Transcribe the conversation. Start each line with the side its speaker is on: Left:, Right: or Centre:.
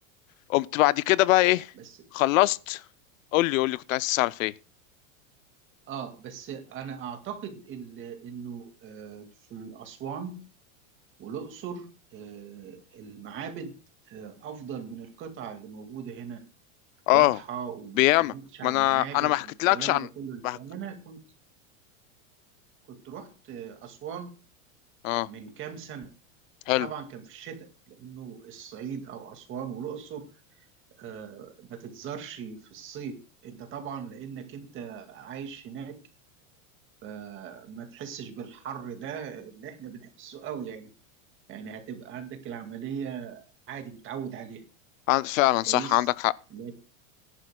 Left: قمت بعد كده بقى ايه
Right: بس
Left: خلصت قول لي قول لي كنت عايز تعرف ايه
Right: اه بس انا اعتقد ال- انه آه، في اسوان والاقصر آه، المعابد آه، افضل من القطع اللي موجوده هنا
Left: اه
Right: واضحه وما
Left: بياما
Right: نقولش على
Left: ما انا
Right: المعابد
Left: انا ما حكيتلكش
Right: والكلام
Left: عن
Right: ده كله
Left: بحك...
Right: لان انا كنت كنت رحت آه، اسوان
Left: اه
Right: من كام سنه بس
Left: حلو
Right: طبعا كان في الشتاء لانه الصعيد او اسوان والاقصر آه، ما تتزارش في الصيف انت طبعا لانك انت عايش هناك فما تحسش بالحر ده اللي احنا بنحسه قوي يعني يعني هتبقى عندك العملية عادي متعود عليها
Left: عند فعلا
Right: كويس
Left: صح عندك حق
Right: لكن